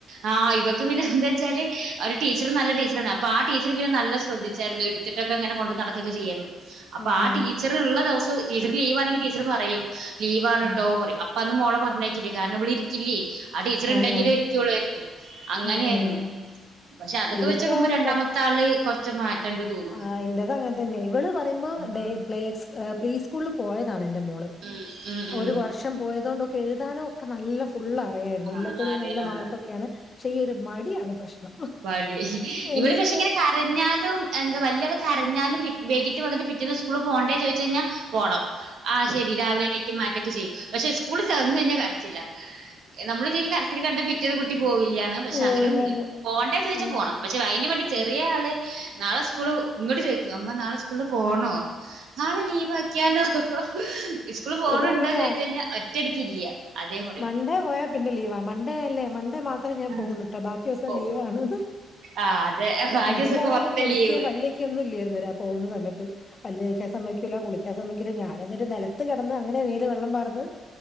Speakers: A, on the right (about 75°); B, on the left (about 35°).
A: ആഹ് ഇവക്ക് പിന്നെ എന്താ വെച്ചാല് ഒരു ടീച്ചർ നല്ല ടീച്ചറണ് അപ്പൊ ആഹ് ടീച്ചർ പിന്നെ നല്ല ശ്രദ്ധിച്ചായിരുന്നു ത്തിട്ടൊക്കെ അങ്ങനെ കൊണ്ട് നടക്കുകൊക്കെ ചെയ്യായിരുന്നു അപ്പൊ
B: ഉം
A: ആഹ് ടീച്ചർ ഉള്ള ദിവസം ടീച്ചർ ലീവാണെങ്കിൽ ടീച്ചർ പറയും ലീവാണ്
B: ഉം
A: ട്ടോ പറയും അപ്പൊ അന്ന് മോളെ പറഞ്ഞേക്കില്ലേ കാരണം ഇവളി ഇരിക്കില്ലേ ആഹ് ടീച്ചർ ഉണ്ടെങ്കിലേ
B: ആഹ്
A: ഇരിക്കുള്ളായിരുന്നു അങ്ങനെയായിരുന്നു
B: ആഹ്
A: പക്ഷെ അതൊക്കെ
B: ഇവക്ക്
A: വെച്ചക്കുമ്പോ രണ്ടാമത്തെ
B: ക
A: ആള് കൊറച്ച് മാറ്റ രണ്ട് തൂഗിൾ
B: ആഹ് എന്റത് അങ്ങനെ തന്നെയ ഇവള് പറയുമ്പോ
A: ആഹ്
B: പ്ലെ പ്രീ സ്കൂളിൽ പോയതാണ് എന്റെ മോള്
A: ഉം ഉം ഉം
B: ഒരു വർഷം പോയത് കൊണ്ടൊക്കെ എഴുതാനും ഒക്കെ നല്ല ഫുള്ള് അറിയായിരുന്നു
A: ആ
B: എല്ലാത്തിലും
A: അറിയ
B: നല്ല
A: ആ
B: മാർക്കൊക്കെയാണ് പക്ഷെ ഈ ഒരു മടിയാണ് പ്രശ്നം
A: വാല്ലേ
B: എണീക്കാൻ
A: ഇവള് പക്ഷെ ഇങ്ങനെ കരഞ്ഞാലും എന്താ വലിയാള് കരഞ്ഞാലും പിറ്റ് വൈകിട്ട് വന്നിട്ട് പിറ്റേന്ന് സ്കൂള് പോണ്ടേന്ന് ചോദിച്ചു കഴിഞ്ഞാ പോണം ആഹ് ശരി രാവിലെണീക്കും മാറ്റൊക്കെ ചെയ്യും പക്ഷെ സ്കൂളിൽ ചെന്നു കഴിഞ്ഞാ കരച്ചില നമ്മള് വിചാരിക്കും കരച്ചില് കണ്ടാ പിറ്റേന്ന് കുട്ടി പോവില്ലാന്ന് പക്ഷെ
B: പോവൂലാന്ന്
A: അങ്ങനെ ഒന്നുംഇല്ല പോണ്ടേ ചോദിച്ചാ
B: ആഹ്
A: പോണം പക്ഷെ അതിന് വേണ്ടി
B: അത്
A: ചെറിയ ആള് നാളെ സ്കൂള് ഇങ്ങോട്ട് ചോദിക്കും അമ്മ നാളെ സ്കൂളിൽ പോണോ നാളെ ലീവ് ആക്കിയാലോ നീസ്കൂള് പോകണുണ്ടോന്ന്
B: ഇതങ്ങനെയാ
A: ചോദിച്ച് കഴിഞ്ഞാ ഒറ്റയടിക്ക് ഇല്യ അതെപറയും
B: മണ്ടേ പോയ പിന്നെ ലീവാ മൺണ്ടേ അല്ലേ മണ്ടേ മാത് ത്രം ഞാൻ
A: ആ.
B: പോവുള്ളുട്ട ബാക്കി ദിവസം
A: ഓ
B: ലീവാണ് എന്ന്
A: ആഹ് അതെ ബാക്കി
B: പിന്നെ
A: ദിവസൊക്കെ
B: മോളൊന്നും
A: മൊത്തം
B: കുളിക്കേ
A: ലീവ്
B: പല്ല് തേക്കോ ഒന്നുല്ലായിരുന്നു രാ പോകുന്ന സമയത്ത് പല്ല് തേക്കാൻ സമ്മയ്ക്കൂല കുളിക്കാൻ സമ്മതിക്കില്ല ഞാനന്നേരം നെലത്ത് കിടന്ന് അങ്ങനെ മേല് വെള്ളം വാർന്ന്